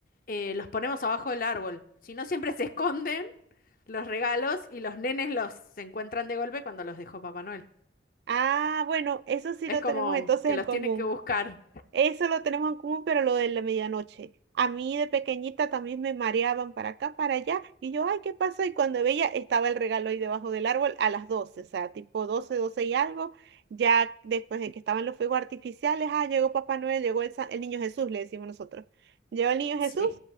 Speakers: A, on the left; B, on the right.
A: eh, los ponemos abajo del árbol, sino siempre se esconden los regalos y los nenes los se encuentran de golpe cuando los dejó Papá Noel.
B: Ah, bueno, eso sí
A: Es
B: lo
A: como
B: tenemos entonces
A: que
B: en
A: los
B: común.
A: tienen que buscar.
B: Eso lo tenemos en común, pero lo de la medianoche. A mí de pequeñita también me mareaban para acá, para allá, y yo, ay, ¿qué pasó? Y cuando veía, estaba el regalo ahí debajo del árbol a las 12 o sea, tipo 12 12 y algo. Ya después de que estaban los fuegos artificiales, ah, llegó Papá Noel, llegó el, sa- el niño Jesús, le decimos nosotros. Llegó el niño
A: Sí.
B: Jesús